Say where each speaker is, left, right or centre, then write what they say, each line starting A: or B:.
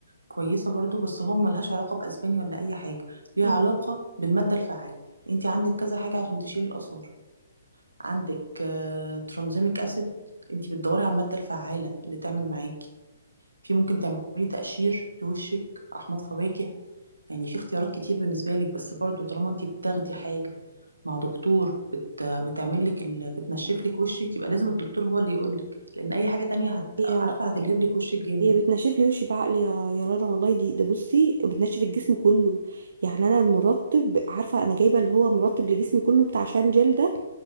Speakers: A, on the right; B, on the right.
A: كويسه برضو بس هو ملهاش علاقه باسباني ولا اي حاجه ليها
B: مم.
A: علاقه بالماده الفعاله انت عندك كذا حاجه عشان تشيلي الاثار عندك ترانزيميك اسيد انت بتدوري على الماده الفعاله اللي تعمل معاكي في ممكن تعملي تقشير لوشك احماض فواكه يعني في اختيارات كتير بالنسبه لك بس برضو طالما انت بتاخدي حاجه مع دكتور بت... بتعمل لك ال... بتنشف لك وشك يبقى لازم الدكتور هو اللي يقول لك لان اي حاجه تانية هت...
B: هي
A: عارفه هتلهب لك وشك جامد
B: هي بتنشف لي وشي بعقلي يا يا رنا والله دي ده بصي بتنشف الجسم كله يعني انا مرطب عارفه انا جايبه اللي هو مرطب لجسمي كله بتاع شان جل ده